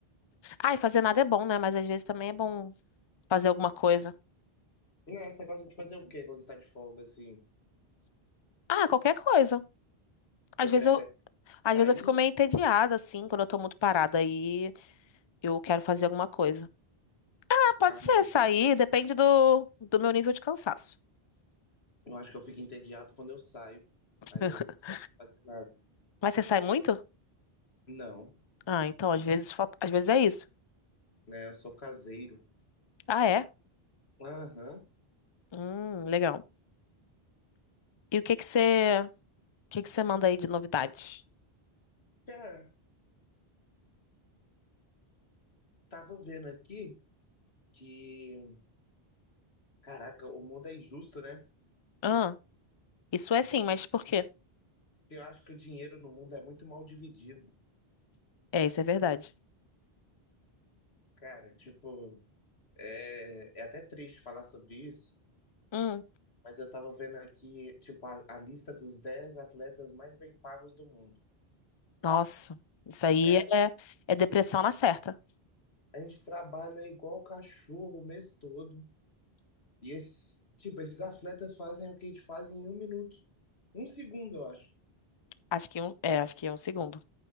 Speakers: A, on the left (about 40°); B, on the left (about 85°).
A: Ai, fazer nada é bom, né? Mas às vezes também é bom fazer alguma coisa.
B: Né, você gosta de fazer o quê quando você tá de folga, assim?
A: Ah, qualquer coisa.
B: Você
A: Às vezes
B: prefere
A: eu,
B: sair?
A: Às vezes eu fico meio entediada, assim, quando eu tô muito parada aí, eu quero fazer alguma coisa. Ah, pode
B: Ah,
A: ser
B: não.
A: sair, depende do, do meu nível de cansaço.
B: Eu acho que eu fico entediado quando eu saio. Aí
A: <laughs>
B: eu gosto de fazer nada.
A: Mas você sai muito?
B: Não,
A: Ah, então, às vezes, falta- às vezes é isso.
B: né? Eu sou caseiro.
A: Ah, é?
B: Aham.
A: Hum, legal. E o que que você, o que que você manda aí de novidades?
B: Cara, tava vendo aqui que, caraca, o mundo é injusto, né?
A: Ah, isso
B: O
A: é sim,
B: di-
A: mas por quê?
B: Eu acho que o dinheiro no mundo é muito mal dividido.
A: É, isso é verdade.
B: Cara, tipo, é, é até triste falar sobre isso,
A: Hum,
B: mas eu tava vendo aqui, tipo, a, a lista dos 10 atletas mais bem pagos do mundo.
A: nossa, isso aí
B: Cara,
A: é, é depressão na certa.
B: a gente trabalha igual cachorro o mês todo. E esses, tipo, esses atletas fazem o que eles fazem em um minuto. Um segundo, eu acho.
A: Acho que um, é, acho que é um segundo.